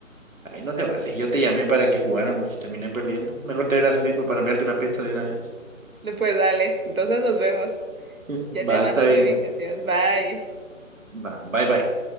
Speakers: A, on the right; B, on the right.
A: ay, no se vale. Yo te llamé para que jugáramos y terminé perdiendo. Mejor te hubiera escrito para enviarte una pizza de una vez.
B: No, Pues dale. Entonces nos vemos.
A: <laughs>
B: Ya
A: Va,
B: te mando
A: está bien.
B: mi ubicación.
A: güey.
B: Bye.
A: Va, bye bye.